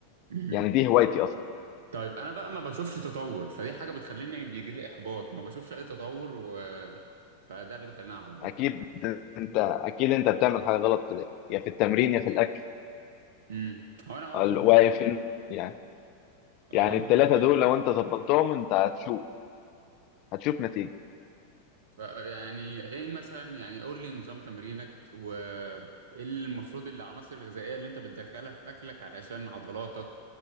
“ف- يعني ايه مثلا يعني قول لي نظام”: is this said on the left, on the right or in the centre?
Right